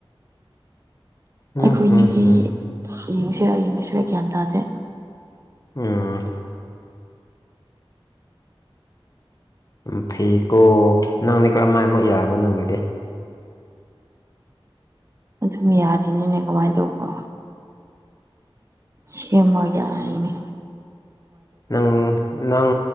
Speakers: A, on the left; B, on the right.
A: ꯎꯝ
B: ꯑꯩꯈꯣꯏꯅꯤꯗꯤ
A: ꯎꯝ ꯎꯝ
B: ꯌꯦꯡꯁꯤꯔ ꯌꯦꯡꯉꯣꯏꯁꯤꯔ ꯒ꯭ꯌꯥꯟ ꯇꯥꯗꯦ
A: ꯎꯝ ꯎ ꯐꯩꯀꯣ ꯅꯪꯅꯦ ꯀꯔꯝꯃꯥꯏꯃꯨꯛ ꯌꯥꯕ ꯅꯪꯒꯤꯗꯤ
B: ꯑꯗꯨꯝ ꯌꯥꯔꯤꯅꯤꯅꯦ ꯀꯃꯥꯏ ꯇꯧꯕ꯭ꯔꯣ ꯁꯦꯝꯃ ꯌꯥꯔꯤꯅꯤꯅꯦ
A: ꯅꯪ ꯅꯪ